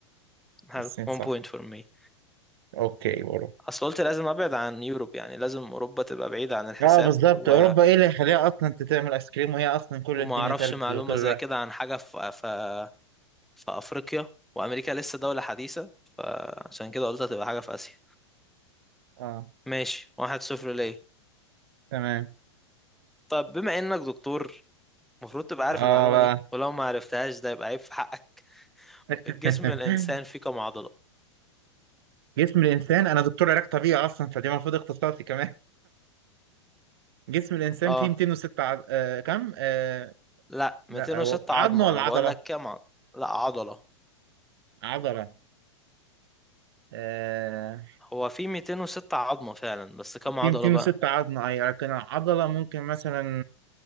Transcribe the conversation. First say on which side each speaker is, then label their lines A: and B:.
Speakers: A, in the centre; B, on the right.
A: حلو
B: الصين
A: 1
B: صح
A: point for me
B: اوكي اوروبا
A: اصل قلت لازم ابعد عن يوروب يعني لازم اوروبا تبقى بعيدة عن الحساب
B: اه بالظبط
A: و...
B: اوروبا ايه اللي يخليها اصلا انت تعمل ايس كريم وهي اصلا كل
A: وما
B: الدنيا
A: اعرفش
B: تلج
A: معلومة
B: طول
A: زي
B: الوقت
A: كده عن حاجة في في في افريقيا وامريكا لسه دولة حديثة فعشان كده قلت هتبقى حاجة في اسيا
B: اه
A: ماشي واحد صفر ليه
B: تمام
A: طب بما انك دكتور المفروض تبقى عارف
B: اه
A: المعلومة
B: بقى
A: دي ولو ما عرفتهاش ده يبقى عيب في حقك
B: <laughs>
A: جسم الانسان فيه كم عضلة
B: جسم الانسان انا دكتور علاج طبيعي اصلا فدي المفروض اختصاصي كمان جسم الانسان
A: اه
B: فيه 206 عض... آه كم آه
A: لا
B: لا
A: 206
B: هو عظمه
A: عظمة
B: ولا
A: انا
B: عضله
A: بقول لك كم عضلة لا عضلة
B: عضله آه
A: هو في 206 عظمة فعلا بس كم عضلة
B: فيه 206
A: بقى
B: عظمه اي لكن العضله ممكن مثلا